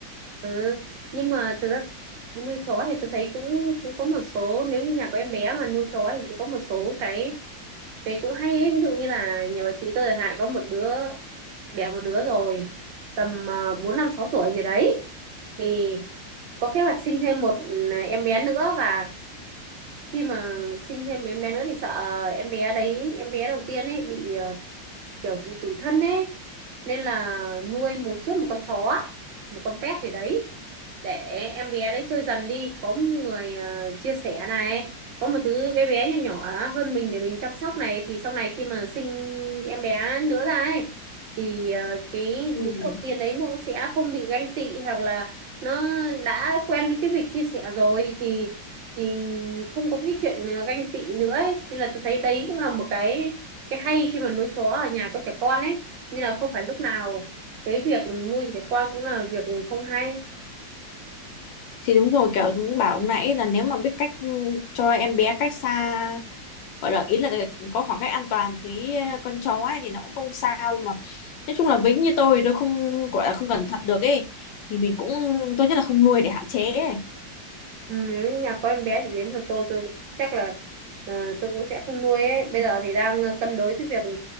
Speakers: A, on the right (about 75°); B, on the left (about 80°).
A: ừ. nhưng mà thực ra nuôi chó thì tôi thấy cũng cũng có một số nếu như nhà có em bé mà nuôi chó thì cũng có một số cái cái cũng hay ấy. ví dụ như là nhà bà chị tôi chẳng hạn có một đứa đẻ một đứa rồi tầm ờ, bốn năm sáu tuổi gì đấy thì có kế hoạch sinh thêm một ừ, em bé nữa và khi mà sinh thêm em bé nữa thì sợ em bé đấy em bé đầu tiên ấy bị ờ, kiểu bị tủi thân ấy nên là nuôi một trước một con chó một con pet gì đấy để em bé đấy chơi dần đi có một người ờ, chia sẻ này có một thứ bé bé nhỏ nhỏ hơn mình để mình chăm sóc này thì sau này khi mà sinh em bé nữa ra ấy thì ờ, cái
B: ừ.
A: đứa
B: ừ.
A: đầu tiên đấy nó cũng sẽ không bị ganh tị hoặc là nó đã quen cái việc chia sẻ rồi thì thì không có cái chuyện ờ, ganh tị nữa ấy. nên là tôi thấy đấy cũng là một cái cái hay khi mà nuôi chó ở nhà có trẻ con ấy nên là không phải lúc nào cái việc nuôi trẻ con cũng là việc không hay
B: thì đúng rồi kiểu cũng bảo ông nãy là nếu mà biết cách ừ, cho em bé cách xa gọi là ý là có khoảng cách an toàn với ờ, con chó ấy thì nó cũng không sao nhưng mà nói chung là vĩnh như tôi tôi không gọi là không cẩn thận được ấy thì mình cũng tốt nhất là không nuôi để hạn chế ấy.
A: Ừ, nếu như nhà có em bé thì đến lượt tôi tôi chắc là ờ, tôi cũng sẽ không nuôi ấy bây giờ thì đang cân đối cái việc ờ,